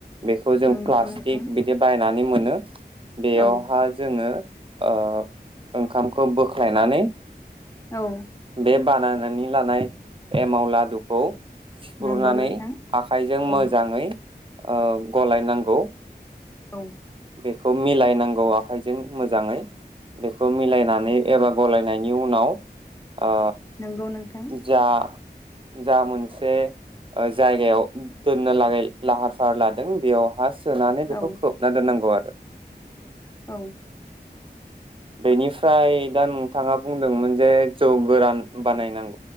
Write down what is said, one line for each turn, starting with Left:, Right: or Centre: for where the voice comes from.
Right: बेखौ जों
Left: नंगौ
Right: प्लास्टिक
Left: नोंथां
Right: बिदि बायनानै मो नो बेयावहा
Left: औ
Right: जोङो ओ ओंखामखौ बोख्लायनानै
Left: औ
Right: बे बानायनानै लानाय एमाव ला <unintelligible> सिफ्रुनानै
Left: नंगौ नोंथां
Right: आखाइजों
Left: औ
Right: मोजाङै आ गलायनांगौ।
Left: औ
Right: बेखौ मिलायनांगौ आखाइजों मोजाङै बेखौ मिलायनानै एबा गलायनायनि उनाव आ
Left: नंगौ नोंथां
Right: जा जा मोनसे ओ जायगायाव दोननो लागै लाहार फाहार लादों बेयावहा सोनानै
Left: औ
Right: बेखौ खोबना दोननांगौ आरो।
Left: औ
Right: बेनिफ्राय दा नोंथाङा बुंदोंमोन जे जौ गोरान बानायनां